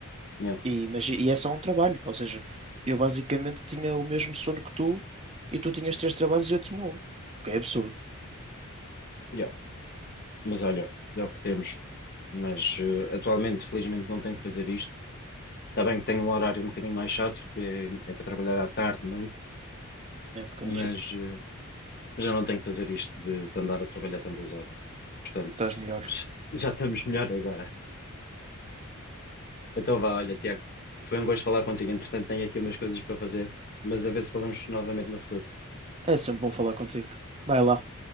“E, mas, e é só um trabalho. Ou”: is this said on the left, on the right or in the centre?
Right